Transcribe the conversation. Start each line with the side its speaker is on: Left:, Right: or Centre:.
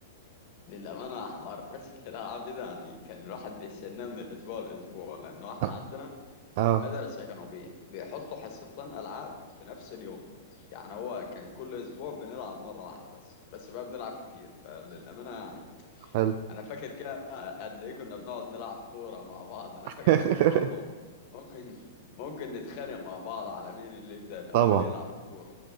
Left: للأمانة حوار حصة الألعاب دي ده يعني كان الواحد بيستناه من الأسبوع للأسبوع لأنه إحنا
Right: اه
Left: عندنا
Right: آه،
Left: في المدرسة كانوا بي بيحطوا حصتين ألعاب في نفس اليوم يعني هو كان كل أسبوع بنلعب مرة واحدة بس بس بقى بنلعب كتير فللأمانة يعني
Right: حلو
Left: أنا فاكر كده قد إيه كنا بنقعد نلعب كورة مع بعض أنا
Right: <laughs>
Left: فاكر كنا برضه ممكن ممكن نتخانق مع بعض على مين اللي يبدأ الأول
Right: طبعا
Left: يلعب كورة